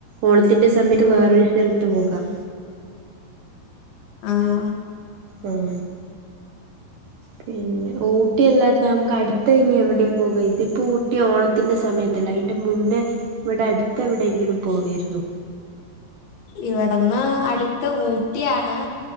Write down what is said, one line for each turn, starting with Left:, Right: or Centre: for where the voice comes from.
Right: ഓണത്തിന്റെ സമയത്ത്
Left: ആഹ്
Right: വേറൊരു സ്ഥലത്ത് പോകാം.
Left: ആഹ്
Right: ഉം പിന്നെ ഊട്ടിയല്ലാത്ത നമുക്ക് അടുത്ത ഇനി എവിടെ പോക്കാ ഇതിപ്പോ ഊട്ടി ഓണ ത്തിന്റെ സമയത്ത് അല്ല ആയിന്റെ മുന്നേ ഇവിടെ അടുത്ത് എവിടെയെങ്കിലും പോവരുന്നു.
Left: ഇവിടുന്ന് അടുത്ത് ഊട്ടിയാണ്